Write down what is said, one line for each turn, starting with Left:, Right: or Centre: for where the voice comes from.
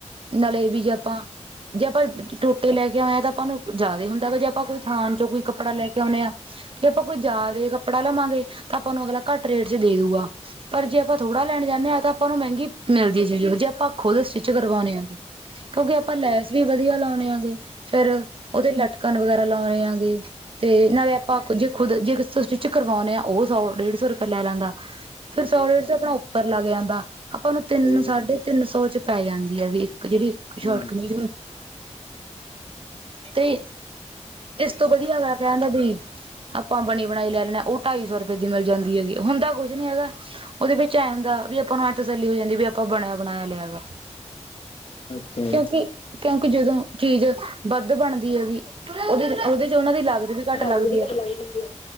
Right: ਨਾਲੇ ਵੀ ਜੇ ਆਪਾਂ ਜੇ ਆਪਾਂ ਟੋਟੇ ਲੈ ਕੇ ਆਏ ਹਾਂ ਤਾਂ ਆਪਾਂ ਨੂੰ ਜ਼ਿਆਦਾ ਹੁੰਦਾ ਜੇ ਆਪਾਂ ਕੋਈ ਥਾਣ ਚੋਂ ਕੋਈ ਕੱਪੜਾ ਲੈ ਕੇ ਆਉਂਦੇ ਹਾਂ ਜੇ ਆਪਾਂ ਕੋਈ ਜ਼ਿਆਦੇ ਕੱਪੜਾ ਲਵਾਂਗੇ ਤਾਂ ਆਪਾਂ ਉਹਨੂੰ ਅਗਲਾ ਘੱਟ ਰੇਟ ਚ ਦੇ ਦੂਗਾ। ਪਰ ਜੇ ਆਪਾਂ ਥੋੜਾ ਲੈਣ ਜਾਂਦੇ ਹਾਂ ਤਾਂ ਆਪਾਂ ਨੂੰ ਮਹਿੰਗੀ ਮਿਲਦੀ ਹੈ ਸੀ ਜੇ ਆਪਾਂ ਖੁਦ ਸਟਿਚ ਕਰਵਾਣੇ ਹੈਗੇ ਕਿਉਂਕਿ ਆਪਾਂ ਲੈਸ ਵੀ ਵਧੀਆ ਲਾਉਣੇ ਆ ਇਦੇ। ਫੇਰ ਉਹਦੇ ਲਟਕਣ ਵਗੈਰਾ ਲਾ ਰਹੇਗਾ ਤੇ ਨਾਲੇ ਆਪਾਂ ਜੇ ਖੁਦ ਜੇ ਤੁਸੀਂ ਚ ਕਰਵਾਉਂਦੇ ਆ ਉਹ ਸੌ-ਡੇਢ ਸੌ ਰੁਪਏ ਲੈ ਲੈਂਦਾ। ਫਿਰ ਸੋ-ਢੇਢ ਸੋ ਆਪਣਾ ਉੱਪਰ ਲੱਗ ਜਾਂਦਾ ਆਪਾਂ ਨੂੰ ਤਿੰਨ
Left: ਸਹੀ
Right: ਸਾਢੇ
Left: ਗੱਲ ਹੈ
Right: ਤਿਨ ਤੈਨੂ ਸੌਚ ਪੈ ਜਾਂਦੀ ਹੈ ਵੀ ਇੱਕ ਜਿਹੜੀ ਸ਼ੋਟ
Left: ਲੱਗ
Right: ਕਮੀ ਤੇ ਇਸ ਤੋਂ ਵਧੀਆ ਤੇ ਲੈਦਾ ਬਈ ਆਪਾਂ ਬਣੀ-ਬਣਾਈ ਲੈ ਲੈਦੇ ਹਾਂ ਉਹ ਢਾਈ ਸੌ ਰੁਪਏ ਦੀ ਮਿਲ ਜਾਂਦੀ ਹੈਗੀ, ਹੁੰਦਾ ਕੁੱਝ ਨੀ ਹੈਗਾ ਉਹਦੇ ਵਿੱਚ ਇਹ ਹੁੰਦਾ ਵੀ ਆਪਾਂ ਨੂੰ ਐ ਤਸੱਲੀ ਹੋ ਜਾਂਦੀ ਵੀ ਆਪਾਂ ਬਣਿਆ ਬਣਾਇਆ ਲਿਆ ਹੈਗਾ।
Left: ਅੱਛਾ।
Right: ਕਿਉਂਕਿ-ਕਿਉਂਕਿ ਜਦੋਂ ਚੀਜ਼ ਵੱਧ ਵਧ ਦੀ ਹੈਗੀ ਉਹਦ-ਉਹਦੇ ਚ ਉਹਨਾਂ ਦੀ ਲਾਗਤ ਵੀ ਘੱਟ ਲੱਗਦੀ
Left: ਰਹੀ ਵੀ
Right: ਹੈ।
Left: ਲੱਗ ਰਹੀ